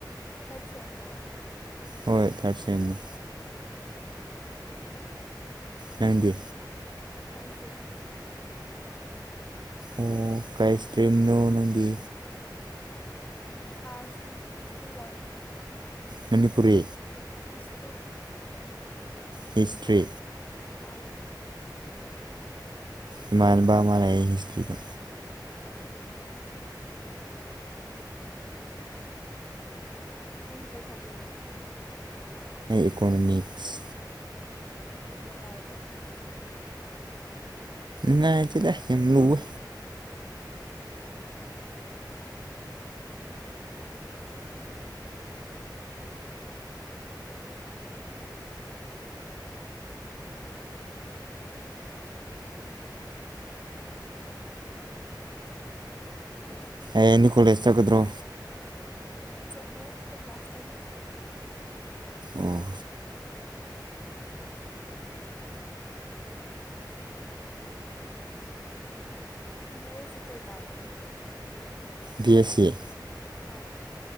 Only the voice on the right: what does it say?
ꯍꯣꯏ ꯆꯔꯁꯃꯦ ꯅꯗꯤ
ꯑꯣ ꯀꯥꯏꯁ ꯀ꯭ꯔꯤꯝꯅꯣ ꯅꯪꯗꯤ
ꯃꯅꯤꯄꯨꯔꯤ
ꯍꯤꯁꯇ꯭ꯔꯤ
ꯏꯥꯟꯅꯕ ꯑꯃ ꯂꯩꯑ ꯍꯤꯁꯇ꯭ꯔꯤꯗ
ꯏꯀꯣꯅꯣꯃꯤꯛꯁ
ꯉꯥꯏ ꯆꯗ ꯂꯨꯕ
ꯑꯦꯅꯤ ꯀꯣꯂꯦꯖ ꯆꯒꯗ꯭ꯔꯣ
ꯑꯣ
ꯕꯤ ꯑꯦꯁ ꯁꯤ ꯑꯦ